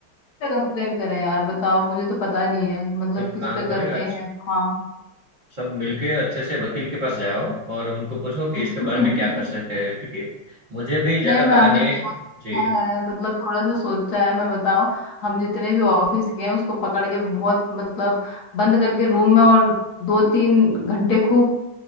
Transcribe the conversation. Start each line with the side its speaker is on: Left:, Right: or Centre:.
Left: कंप्लेन करें यार बताओ मुझे तो पता नहीं है मतलब
Right: एक
Left: किस
Right: काम
Left: पे करते
Right: करें अच्छा
Left: हैं हाँ
Right: सब मिलके अच्छे से वकील के पास जाओ और उनको पूछो कि इसके
Left: <laughs>
Right: बारे में क्या कर सकते हैं क्योंकि मुझे भी ज्यादा
Left: नहीं मैम
Right: पता नहीं
Left: ने तो
Right: है
Left: सोचा
Right: जी
Left: है मतलब थोड़ा सा सोचा है मैं बताऊं हम जितने भी ऑफिस गए हैं उसको पकड़ के बहुत मतलब बंद करके रूम में और दो तीन घंटे खूब